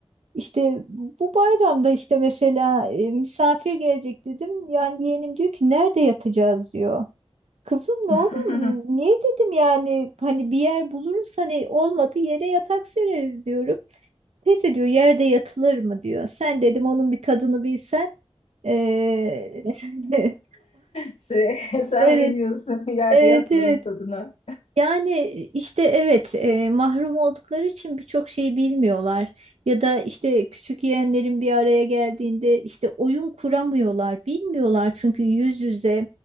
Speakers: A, on the right; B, on the left.
A: İşte bu bayramda işte mesela e, misafir gelecek dedim. Yani yeğenim diyor ki nerede yatacağız diyor. Kızım ne
B: <laughs>
A: olur niye dedim yani hani bir yer buluruz hani olmadı yere yatak sereriz diyorum. Neyse diyor yerde yatılır mı diyor. Sen dedim onun bir tadını bilsen. Ee, <laughs>
B: Sü- Sen
A: Evet
B: bilmiyorsun <laughs> yerde
A: evet
B: yatmanın
A: evet.
B: tadına.
A: Yani işte evet e, mahrum oldukları için birçok şeyi bilmiyorlar ya da işte küçük yeğenlerin bir araya geldiğinde işte oyun kuramıyorlar bilmiyorlar çünkü yüz yüze